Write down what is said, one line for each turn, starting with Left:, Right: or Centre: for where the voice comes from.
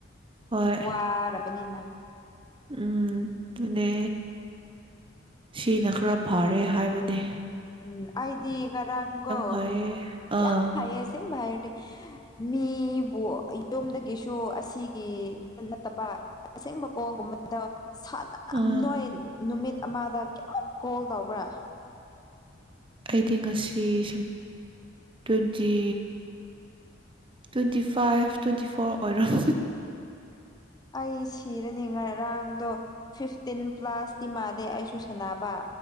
Right: ꯍꯣꯏ
Left: ꯋꯥꯔꯕꯅꯤꯅ
Right: ꯎꯝ ꯇꯅꯦ ꯁꯤꯅ ꯈꯔ ꯐꯔꯦ ꯍꯥꯏꯕꯅꯤ
Left: ꯎꯝ ꯑꯩꯗꯤ ꯉꯔꯥꯡꯒꯣ
Right: ꯐꯩꯌꯦ ꯑꯥ
Left: ꯌꯥꯝ ꯐꯩꯌꯦ ꯁꯤ ꯚꯥꯏꯔ ꯍꯥꯏꯗꯤ ꯃꯤꯕꯨ ꯌꯨꯝꯗꯒꯤꯁꯨ ꯑꯁꯤꯒꯤ ꯅꯠꯇꯕ ꯑꯁꯦꯡꯕꯀꯣꯒꯨꯝꯕꯗ ꯁꯥꯟꯅꯝ
Right: ꯑꯥ
Left: ꯅꯣꯏ ꯅꯨꯃꯤꯠ ꯑꯃꯗ ꯀ ꯀꯣꯜ ꯇꯧꯕ꯭ꯔꯥ
Right: ꯑꯩꯗꯤ ꯉꯁꯤ ꯁ twenty twenty five twenty four ꯑꯣꯏꯔꯝ
Left: ꯑꯩ ꯁꯤꯔꯅꯤ ꯉꯔꯥꯡꯗꯣ ꯐꯤꯐꯇꯤꯟ ꯀ꯭ꯂ꯭ꯂꯥꯁꯇꯤ ꯃꯥꯜꯂꯦ ꯁꯨꯁꯅꯕ